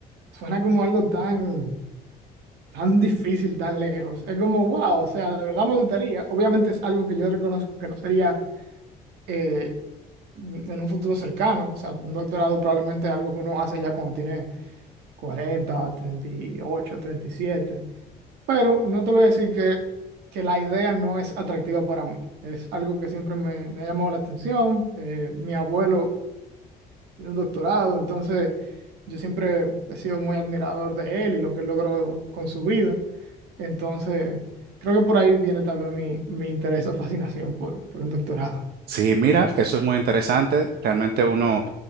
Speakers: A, on the right; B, on the right.
A: suena como algo tan, tan difícil, tan lejos. Es como, wow, o sea, de verdad me gustaría. Obviamente es algo que yo reconozco que no sería eh, en un futuro cercano. O sea, un doctorado probablemente es algo que uno hace ya cuando tiene cuarenta, treinta y ocho, treinta y siete. Pero no te voy a decir que, que la idea no es atractiva para mí. Es algo que siempre me, me ha llamado la atención. Eh, mi abuelo tiene un doctorado, entonces yo siempre he sido muy admirador de él y lo que él logró con su vida. Entonces, creo que por ahí viene tal vez mi, mi interés o fascinación por, por un doctorado.
B: Sí, mira, eso es muy interesante. Realmente uno,